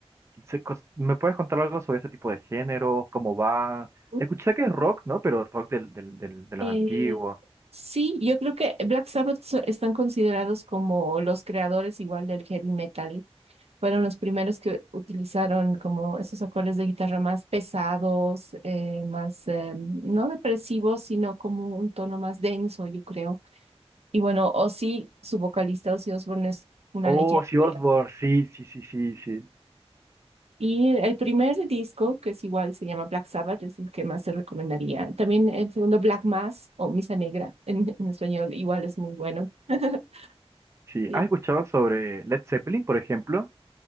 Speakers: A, on the right (about 25°); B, on the right (about 70°).
A: se cos- ¿me puedes contar algo sobre ese tipo de géneros, ¿Cómo va?
B: ¿no?
A: Escuché que es rock, ¿no? Pero rock del, del, del- de los
B: Eh,
A: antiguos.
B: sí, yo creo que Black Sabbath so- están considerados como los creadores igual del heavy metal. fueron los primeros que utilizaron como esos acordes de guitarra más pesados, eh, más eh, no depresivos, sino como un tono más denso, yo creo. Y bueno, Ozzy, su vocalista Ozzy Osbourne es una
A: Oh,
B: leyenda,
A: sí, Ozzy Osbourne,
B: ¿verdad?
A: sí, sí, sí, sí, sí.
B: Y el primer disco, que es igual, se llama Black Sabbath, es el que más se recomendaría. También el segundo, Black Mass o Misa Negra en, en español, igual es muy bueno. <laughs>
A: Sí,
B: Sí.
A: ¿has escuchado sobre Led Zeppelin, por ejemplo?